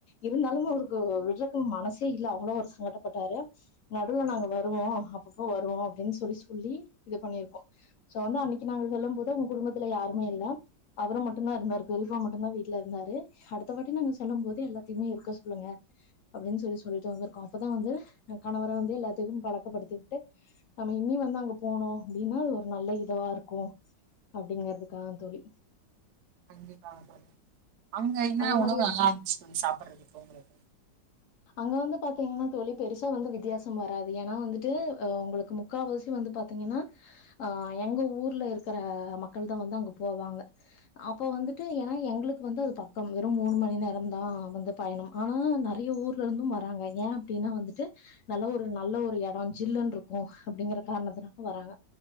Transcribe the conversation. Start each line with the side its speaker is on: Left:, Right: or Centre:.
Left: இருந்தாலு அவருக்கு விட்றக்கு மனசே இல்ல அவ்ளோ ஒரு சங்கட்டப்பட்டாரு நடுல நாங்க வருவோ அப்பப்போ வருவோ அப்டின்னு சொல்லி சொல்லி இது பண்ணிருக்கோ சோ வந்து அன்னிக்கு நாங்க சொல்லும் போது உங்க குடும்பத்துல யாரு இல்ல அவரு மட்டுந்தா இருந்தாரு பெரியப்பா மட்டுந்தா வீட்ல இருந்தாரு அடுத்த வாட்டி நாங்க செல்லும் போது எல்லாத்துமே இருக்க சொல்லுங்க அப்டின்னு சொல்லி சொல்லிட்டு வந்திருக்கோ அப்பதா வந்து கணவரை வந்து எல்லாத்தக்கு பலக்கப்படுத்திக்கிட்டு நம்ம இனி வந்து அங்க போனோ அப்டின்ன நல்ல இதுவா இருக்கு அப்டிங்கிறது கா தோலி
Right: கண்டிப்பா தோலி அங்க என்ன
Left: அந்த மாதிரி
Right: உணவு எல்லா இருந்துச்சி தோலி சாப்பிட்றதுக்கு உங்களுக்கு
Left: அங்க வந்து பாத்திங்கன்னா தோலி பெருசா வந்து வித்தியாச வராது ஏனா வந்துட்டு ஹ உங்களுக்கு முக்காவாசி வந்து பாத்திங்கனா அஹ எங்க ஊர்ல இருக்கிற மக்கள் தோ வந்தா அங்க போவாங்க அப்ப வந்துட்டு ஏனா எங்களுக்கு வந்து அது பக்கம் வெறும் மூணு மணி நேரந்தா வந்து பயணம் ஆனா நெறைய ஊர்ல இருந்தும் வராங்க ஏன் அப்டின்னா வந்துட்டு நல்ல ஒரு நல்ல ஒரு எடம் ஜில்லுன்ருக்கோ அப்டிங்கிற காரணத்தினால வராங்க